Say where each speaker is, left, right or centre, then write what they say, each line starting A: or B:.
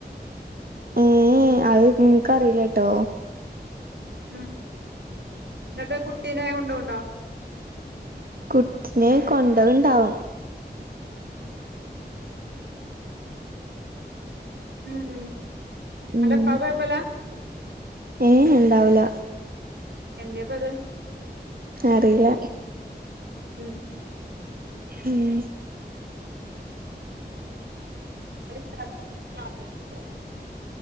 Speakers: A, on the right; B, on the right.
A: ങ്‌ ഹ് അതിനകറീല്ലട്ടോ
B: ഉം ങ്ങട്ട് കുട്ടിനെ കൊണ്ടോന്നുണ്ടോ
A: കൊച്ചിനെ കൊണ്ടൊണ്ടാവാം
B: ങ്‌ ഹ്
A: ഉം
B: അന്റെ പ്പാക് കൊയപ്പല്ല
A: ഏ ഉണ്ടാവൂല
B: എന്തേ പത്
A: അറീല
B: ഉം ഉ
A: ഉം
B: <unintelligible>